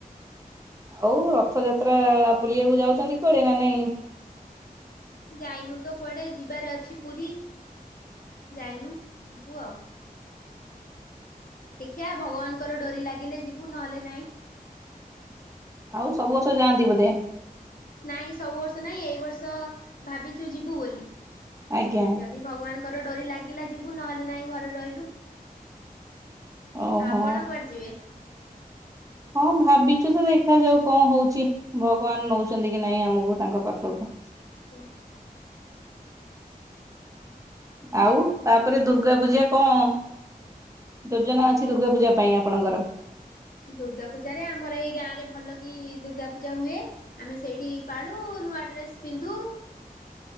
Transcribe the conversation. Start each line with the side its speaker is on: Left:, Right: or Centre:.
Right: ଆଉ ରଥଯାତ୍ରା ବୁଲିବାକୁ ଯାଉଛନ୍ତି କୁଆଡେ ନା ନାଇଁ?
Left: ଯାଇନୁ ତ କୁଆଡେ ଯିବାରେ ଅଛି ପୁରୀ। ଯାଇନୁ ଯିବୁ ଆଉ ଦେଖିବା ଭଗବାନଙ୍କର ଡୋରି ଲାଗିଲେ ଯିବୁ ନହେଲେ ନାଇଁ
Right: ଆଉ ସବୁ ବର୍ଷ ଯାଆନ୍ତି ବୋଧେ?
Left: ନାଇଁ ସବୁ ବର୍ଷ ନାଇଁ ଏଇ ବର୍ଷ ଭାବିଛୁ ଯିବୁ ବୋଲି
Right: ଆଜ୍ଞା
Left: ଯଦି ଭଗବାନ ଙ୍କର ଡୋରି ଲାଗିଲା ଯିବୁ ନହେଲେ ନାହିଁ ଘରେ ରହିଲୁ।
Right: ଓହୋ
Left: ଆଉ ଆପଣ କୁଆଡେ ଯିବେ?
Right: ହଁ ଭାବିଛୁ ତ ଦେଖା ଯାଉ କଣ ହଉଛି ଭଗବାନ ନଉଛନ୍ତି କି ନାଇଁ ଆମକୁ ତାଙ୍କ ପାଖକୁ
Left: ଆଜ୍ଞା।
Right: ଆଉ ତାପରେ ଦୁର୍ଗା ପୂଜା କଣ? ଯୋଜନା ଅଛି ଦୁର୍ଗା ପୂଜା ପାଇଁ ଆପଣଙ୍କର
Left: ଦୁର୍ଗା ପୂଜା ରେ ଆମର ଏଇ ଗାଁ ରେ ଭଲ କି ଦୁର୍ଗା ପୂଜା ହୁଏ। ଆମେ ସେଇଠି ପାଳୁ ନୂଆ ଡ୍ରେସ ପିନ୍ଧୁ